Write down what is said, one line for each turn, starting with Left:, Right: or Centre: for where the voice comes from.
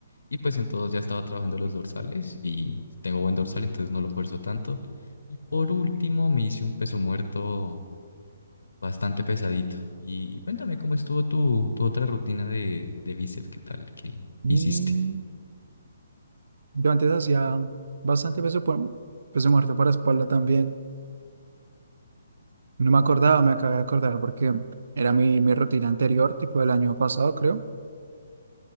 Left: Y pues en todos ya estaba trabajando los dorsales y tengo buen dorsal, entonces no lo esfuerzo tanto. Y por último me hice un peso muerto Bastante pesadito. Y, y cuéntame cómo estuvo tu, tu otra rutina de, de bíceps, ¿qué tal? ¿Qué
Right: Mm,
Left: hiciste?
Right: yo antes hacía bastante peso, por- peso muerto para espalda también. No me acordaba, me acabé de acordar porque era mi, mi rutina anterior, tipo del año pasado, creo.